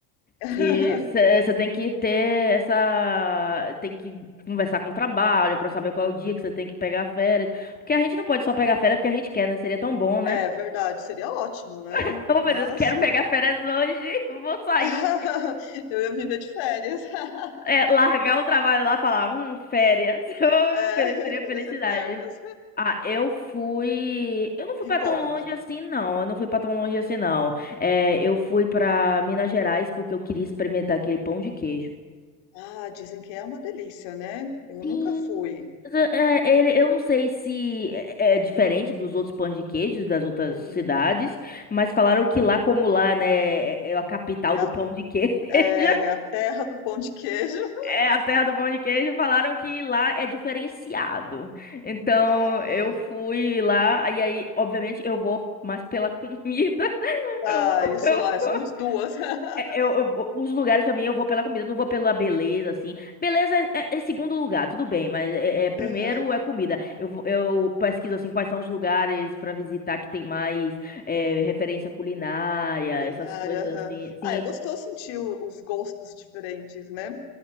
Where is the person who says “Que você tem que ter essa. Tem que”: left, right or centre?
Left